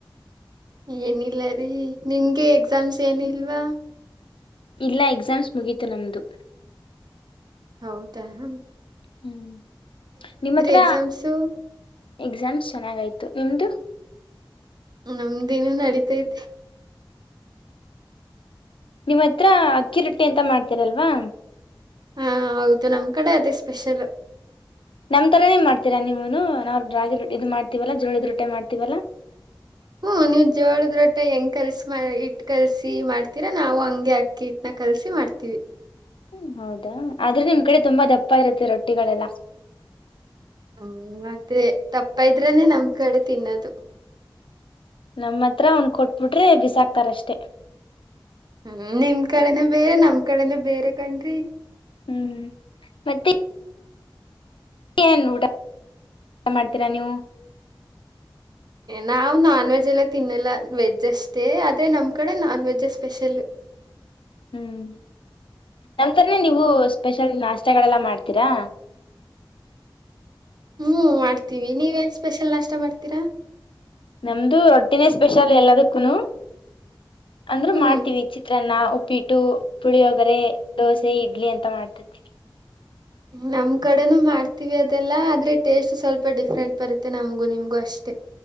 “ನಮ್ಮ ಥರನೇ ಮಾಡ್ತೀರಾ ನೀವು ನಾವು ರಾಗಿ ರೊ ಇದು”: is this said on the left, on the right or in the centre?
Left